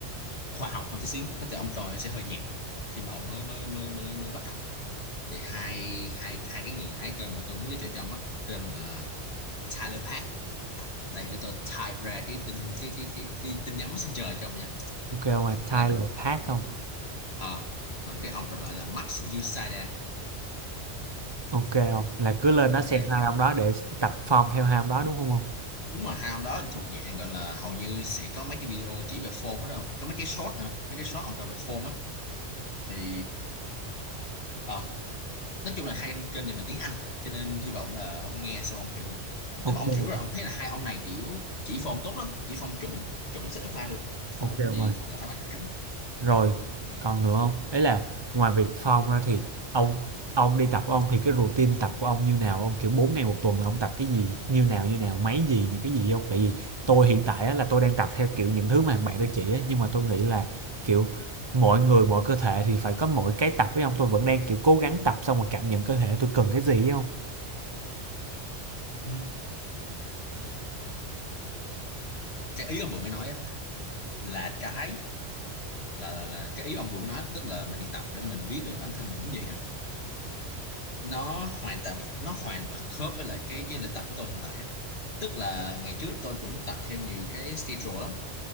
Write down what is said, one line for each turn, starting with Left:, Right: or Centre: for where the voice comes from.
Left: khoa học hơn tí xíu có thể ông coi sẽ hơi nhạt khi mà ông mới mới mới mới mới bắt đầu thì hai hai hai cái người hai kênh mà tôi muốn giới thiệu cho ông á một kênh là Tyler Pack đây để tôi type ra cái tin cái cái cái, cái tin nhắn messenger cho ông nha
Right: ok không Mà Tyler
Left: đây
Right: Path không
Left: ờ còn cái ông còn lại là Max Yusada
Right: ok không là cứ lên đó
Left: ok
Right: xem hai ông đó để tập form theo hai ông đó đúng không không
Left: đúng rồi hai ông đó thuộc dạng gọi là hầu như sẽ có mấy cái video chỉ về form hết không có mấy cái short nữa mấy cái short ông cho về form á thì ờ nói chung là hai kênh này về tiếng Anh cho nên hy vọng là ông nghe xong ông hiểu
Right: ok
Left: nếu mà ông hiểu rồi ông thấy là hai ông này kiểu chỉ form tốt lắm chỉ form chuẩn chuẩn sách giáo khoa luôn không
Right: OK
Left: có
Right: ông
Left: gì
Right: ơi.
Left: phải bàn cãi đó
Right: Rồi, còn nữa không? đấy là ngoài việc form ra thì ông ông đi tập của ông thì cái routine tập của ông như nào? Ông, kiểu, 4 ngày một tuần là ông tập cái gì? Như nào, như nào? Máy gì, những cái gì không Tại vì tôi hiện tại á là tôi đang tập theo, kiểu, những thứ mà thằng bạn tôi chỉ á, nhưng mà tôi nghĩ là, kiểu, mọi người mỗi cơ thể thì phải có mỗi cái tập với ông Tôi vẫn đang, kiểu, cố gắng tập xong rồi cảm nhận cơ thể tôi cần cái gì ấy hông?
Left: ừ. cái ý ông vừa mới nói á là cái là là là cái ý ông vừa nói tức là mình đi tập để mình biết được bản thân mình muốn gì á nó hoàn toàn nó hoàn toàn khớp với lại cái cái lịch tập của tôi hiện tại á tức là ngày trước tôi cũng tập theo nhiều cái schedule lắm